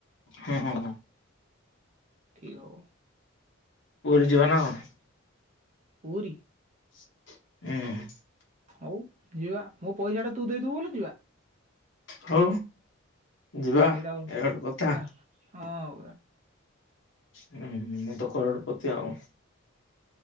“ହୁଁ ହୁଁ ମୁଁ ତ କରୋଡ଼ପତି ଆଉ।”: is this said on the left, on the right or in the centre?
Left